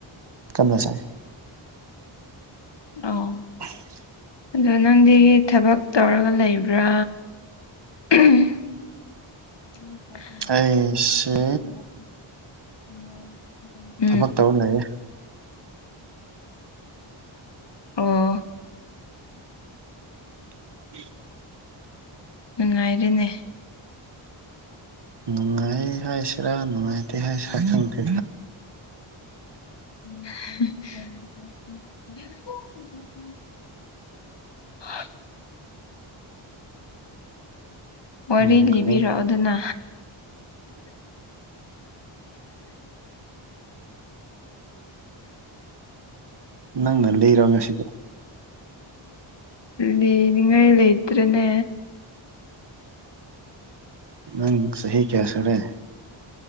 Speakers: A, on the right; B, on the left.
A: ꯀꯟꯅ ꯁꯥꯏ
B: ꯑꯣ
A: <unintelligible>
B: ꯑꯗꯣ ꯅꯪꯗꯤ ꯊꯕꯛ ꯇꯧꯔꯒ ꯂꯩꯕ꯭ꯔꯥ <unintelligible> <unintelligible>
A: ꯑꯩꯁꯦ ꯊꯕꯛꯇꯧꯔ ꯂꯩꯌꯦ꯫
B: ꯑꯣ꯫
A: <unintelligible>
B: ꯅꯨꯡꯉꯥꯏꯔꯦꯅꯦ꯫
A: ꯅꯨꯡꯉꯥꯏ ꯍꯥꯏ ꯁꯤꯔꯥ ꯅꯨꯡꯉꯥꯏꯇꯦ ꯍꯥꯏꯁꯤꯔꯥ ꯈꯪꯗꯦ꯫
B: <unintelligible> <unintelligible> ꯋꯥꯔꯤ
A: ꯅꯨꯡꯉꯥꯏ
B: ꯂꯤꯕꯤꯔꯣ ꯑꯗꯨꯅ
A: ꯅꯪꯅ ꯂꯩꯔꯣ ꯉꯁꯤꯗꯤ
B: ꯂꯩꯅꯤꯡꯉꯥꯏ ꯂꯩꯇ꯭ꯔꯦꯅꯦ
A: ꯅꯪ ꯁꯍꯤ ꯀꯌꯥ ꯁꯔꯦ